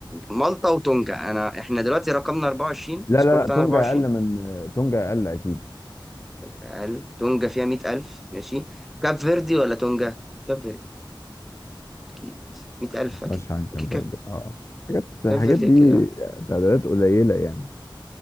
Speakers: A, in the centre; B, on the left.
A: مالطا وتونجا انا احنا دلوقتي رقمنا 24
B: لا
A: سكور
B: لا
A: بتاعنا
B: لا تونجا
A: 24
B: اقل من آه، تونجا اقل اكيد
A: اقل تونجا فيها 100000 ماشي كاب فيردي ولا تونجا كاب فيردي اكيد 100000 اكيد
B: فلاش كان
A: اكيد
B: فيردي
A: كاب
B: اه حاجات الحاجات
A: كاب فيردي
B: دي
A: كده
B: تعدادات قليلة يعني